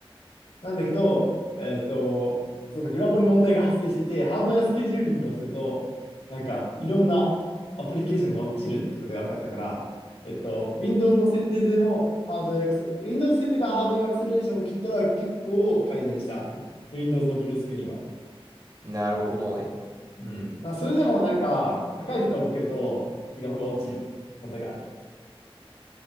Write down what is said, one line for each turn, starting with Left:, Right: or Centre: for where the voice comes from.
Left: なんだけど、えっと、そのグラボに問題が発生していて、ハードウェアスケジューリングをすると、なんかいろんなアプリケーションが落ちるってことが分かったから、えっと、Windows の設定でもハードウェアアクセ、Windows の設定でハードウェアアクセラレーションを切ったら結構改善した。Windows のブルースクリーンは。
Right: なるほどね。
Left: うん。まあそれでもなんか、高い負荷をかけると、グラフが落ちることがある。